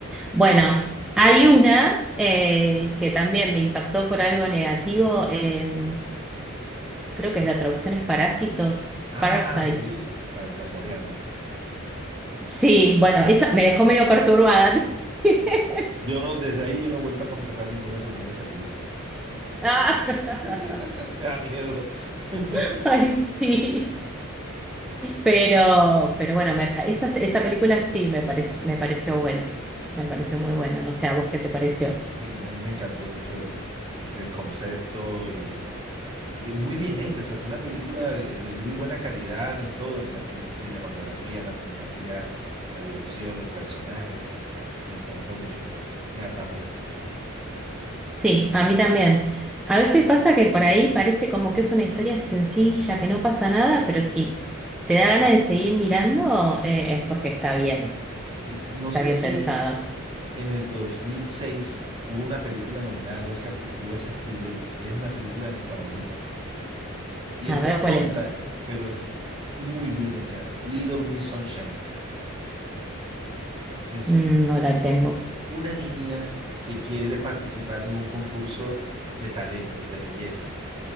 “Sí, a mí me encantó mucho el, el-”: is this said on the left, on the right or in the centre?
Right